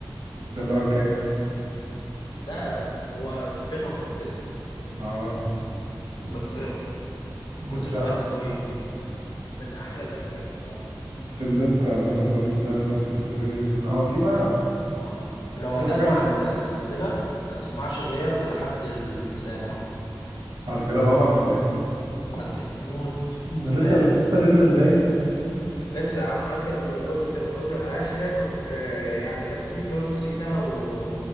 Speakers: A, on the right; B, on the left.
A: ده اللي هو كام
B: ده هو سبين اوف كده
A: اه
B: بس
A: بس
B: جزء كويس
A: آه،
B: قوي من احلى الاجزاء بصراحة
A: في الليست عامة برضو بتاعت فاست اند فيوريوس دول هو في بقى
B: اه لو هتسمع
A: في حاجة
B: السلسلة ما تسمعش غير لحد السابع
A: بعد كده بقى ولا ايه؟
B: بعد كده موت زبالة
A: ده لسه لسه بينزل باين
B: لسه يا عم اخر جزء كان الجزء العاشر آه يعني كان في جون سينا و...